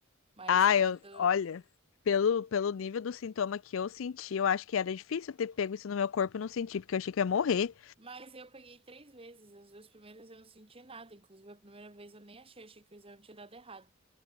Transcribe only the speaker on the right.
Mas
quando.
Mas eu peguei três vezes. As duas primeiras eu não senti nada. Inclusive, a primeira vez eu nem achei, achei que o exame tinha dado errado.